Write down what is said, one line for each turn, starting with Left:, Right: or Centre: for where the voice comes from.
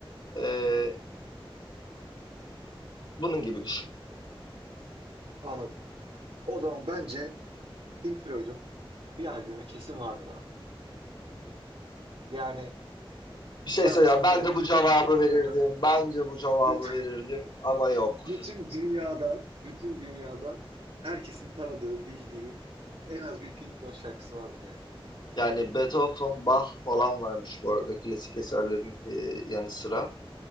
Left: Ee, bunun gibi düşün.
Right: anladım. O zaman bence Pink Floyd'un bir albümü kesin vardır abi. Yani
Left: Bir şey
Right: ben
Left: söyle
Right: olsam
Left: ya ben
Right: koyarım.
Left: de
Right: Çünkü
Left: bu cevabı
Right: bütün dünyada
Left: verirdim, bence bu cevabı
Right: bütün
Left: verirdim ama yok.
Right: Bütün dünyada, bütün dünyada herkesin tanıdığı, bildiği en az bir Pink Floyd şarkısı vardır yani.
Left: Yani Beethoven, Bach falan varmış bu arada klasik eserlerin e, yanı sıra.